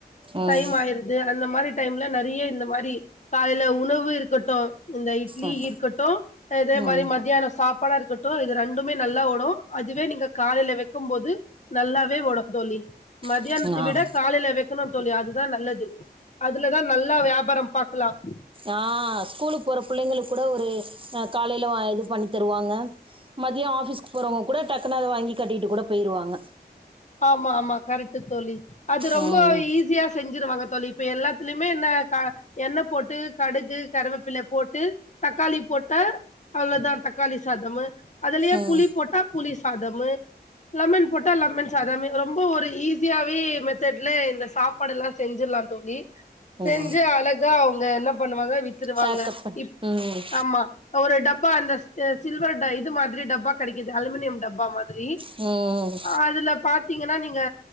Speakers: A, on the right; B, on the left.
A: ம்
B: டைம் ஆயிருத் து அந்த மாரி டைம்ல நறிய இந்த மாரி காலையில உணவு இருக்கட்டு இந்த இட்லி
A: ம்
B: இருக்கட்டு இதே
A: ம்
B: மாரி மத்தியானோ சாப்பாடா இருக்கட்டு இது ரெண்டுமே நல்லா ஒடு அதுவே நீங்க காலையில வெக்கும் போது நல்லாவே ஓடு தோழி மதியானத்தை
A: ம் ஆ
B: விடக் காலையில வைக்கணு தோழி அதுதா நல்லது அதுலதா நல்லா வியாபாரம் பாக்கலாம்
A: அ ஸ்கூலுக்கு போற பிள்ளைங்களுக்கு கூட ஒரு அ காலையில <unintelligible> இது பண்ணி தருவாங்க மதியோ ஆபீஸ்க்கு போறவங்க கூட டக்குனு அத வாங்கி கட்டிட்டு கூட போயிருவாங்க
B: ஆமா ஆமா கரெக்ட் தோழி அது ரொம்ப
A: ம்
B: ஈஸியா செஞ்சிருவாங்க தோழி இப்ப எல்லாத்துலயுமே என்ன க எண்ணெய் போட்டு கடுகு கருவேப்பிலை போட்டு தக்காளி போட்ட அவ்ளோதா தக்காளி சாதமு அதுலயே
A: ம்
B: புளி போட்டா புளி சாதமு லெமன் போட்டா லெமன் சாதமு ரொம்ப ஒரு ஈஸியாவே மெத்தடுல இந்த சாப்பாடு எல்லா செஞ்சிடலா தோழி
A: ம்
B: செஞ்சு அழகா அவங்க என்ன பண்ணுவாங்க வித்துருவாங்க
A: பேக்கப் பண்ணி
B: இப்
A: ம்
B: ஆமா ஒரு டப்பா அந்த அ சில்வர் இது மாதிரி டப்பா கெடைக்குது அலுமினியம் டப்பா மாதிரி
A: ம்
B: அதுல பாத்தீங்கன்னா நீங்க